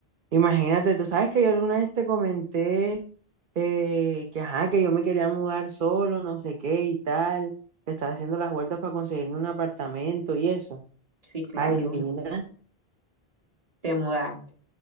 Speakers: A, on the right; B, on the right.
A: Imagínate, tú sabes que yo alguna vez te comenté eh, que, ajá, que yo me quería mudar solo, no sé qué y tal. que Estaba haciendo las vueltas para conseguirme un apartamento y eso.
B: Sí, claro.
A: Ay, divina.
B: Te mudaste.